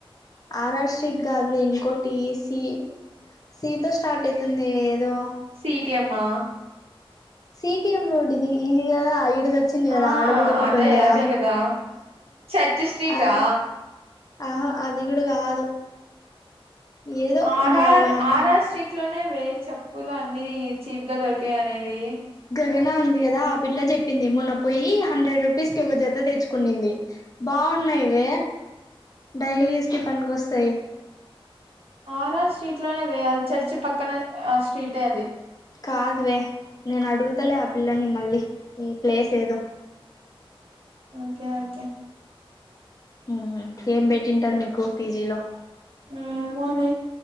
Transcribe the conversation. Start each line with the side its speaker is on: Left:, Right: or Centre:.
Left: RR street కాదులో ఇంకోటి సి సీతో స్టార్ట్ అయితుంది ఏదో
Right: కటీ అమ్మా
Left: సిటిఎం రోడ్ ఇది ఇదిగ ఐ అ వచ్చింది కదా
Right: ఆ
Left: ఆడ కూడా ఒకటి
Right: అదే
Left: ఉందా
Right: అదే కదా చర్చ్ స్ట్రీటా
Left: ఆ ఆహా అది కూడా కాదు ఏదో
Right: ఆర్
Left: మా
Right: ఆర్
Left: అమ్మ
Right: ఆర్ఆర్ స్ట్రీట్ లోనే వే చెప్పులు అన్నిీ చీప్ గా దొకు క అనేది
Left: ఉంది కదా ఆ పిల్ల చెప్పింది మున్న పోయి హండ్రెడ్ రూపీస్ కి ఒక జత తెచ్చుకుంది బా న్నాయివ డైలీ యూస్కి పనినికిొస్తాయి
Right: ఆర్ ఆర్ స్ట్రీట్ లోనే వే, అది చర్చి పక్కన ఆ స్ట్రీటే అది.
Left: కాదువే, నేన్ అడుగుతాలే ఆ పిల్లని మళ్ళీ, ఈ ప్లేస్ ఏదో.
Right: Okay okay.
Left: ఉమ్, ఏం బెట్టింటారు మీకు పీజిలో.
Right: ఏమో నే,